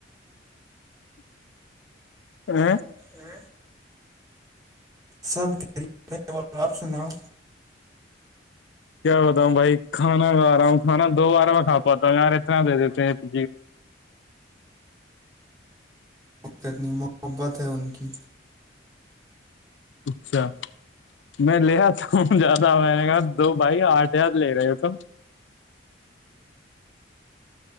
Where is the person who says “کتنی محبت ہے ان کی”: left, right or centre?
Right